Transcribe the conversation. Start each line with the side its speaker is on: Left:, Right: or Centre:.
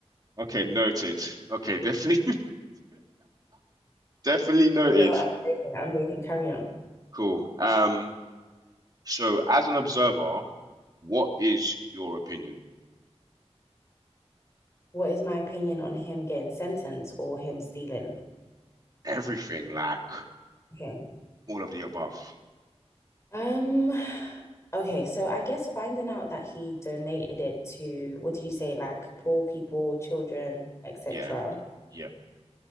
Right: Okay, noted. Okay, definitely <laughs> Definitely noted.
Left: No, I'm joking. I'm joking. Carry on.
Right: Cool. Um, so as an observer, what is your opinion?
Left: What is my opinion on him getting sentenced or him stealing?
Right: Everything, like
Left: Okay.
Right: all of the above.
Left: Um, okay, so I guess finding out that he donated it to, what do you say, like poor people, children, etc.
Right: Yeah, yeah,